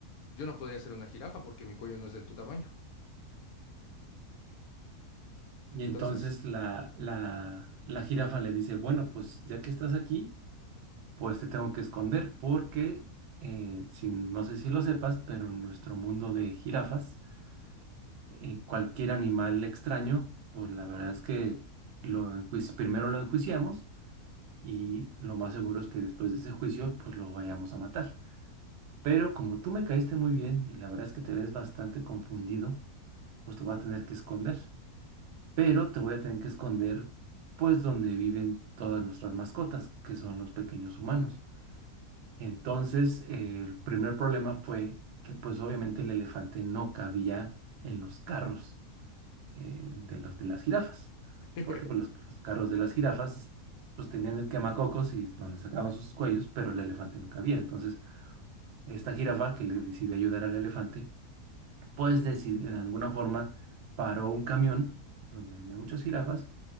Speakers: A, on the left (about 75°); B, on the right (about 85°).
A: Yo no podría ser una jirafa porque mi cuello no es del tu tamaño.
B: Y
A: Entonces,
B: entonces la, la, la jirafa le dice, bueno, pues ya que estás aquí, pues te tengo que esconder porque, eh, si- no sé si lo sepas, pero en nuestro mundo de jirafas, eh, cualquier animal extraño, pues la verdad es que lo enjuici- primero lo enjuiciamos y lo más seguro es que después de ese juicio, pues lo vayamos a matar. Pero como tú me caíste muy bien y la verdad es que te ves bastante confundido, pues te voy a tener que esconder. Pero te voy a tener que esconder, pues donde viven todas nuestras mascotas, que son los pequeños humanos. Entonces, eh, el primer problema fue que pues obviamente el elefante no cabía en los carros eh, de los de las jirafas,
A: <laughs>
B: porque pues, los, los carros de las jirafas pues tenían el quemacocos y donde sacaban sus cuellos, pero el elefante no cabía. Entonces, esta jirafa que le decidió ayudar al elefante, pues decid- de alguna forma paró un camión donde venían muchas jirafas